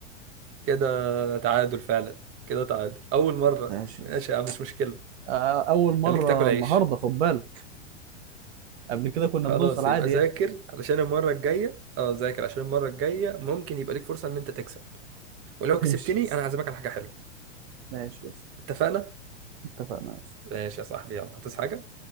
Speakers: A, on the right (about 40°); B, on the right (about 60°).
A: كده تعادل فعلا كده تعادل أول مرة
B: ماشي
A: ماشي
B: يا اسطى
A: يا عم مش مشكلة
B: آه، أول مرة
A: خليك تاكل عيش
B: النهاردة خد بالك قبل كده كنا
A: خلاص
B: بنوصل عادي
A: يبقى ذاكر
B: يعني
A: علشان المرة الجاية اه ذاكر عشان المرة الجاية ممكن يبقى ليك فرصة إن أنت تكسب ولو
B: <laughs>
A: كسبتني
B: ماشي يا اسطى
A: أنا هعزمك على حاجة حلوة
B: ماشي يا اسطى
A: اتفقنا؟
B: اتفقنا يا اسطى
A: ماشي يا صاحبي يلا هتصحى حاجة؟